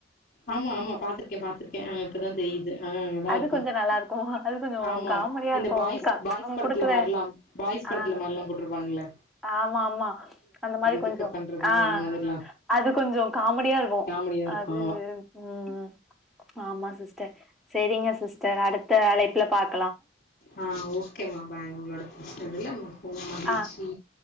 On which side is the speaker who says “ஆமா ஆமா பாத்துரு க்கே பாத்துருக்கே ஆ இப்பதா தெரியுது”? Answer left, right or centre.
Left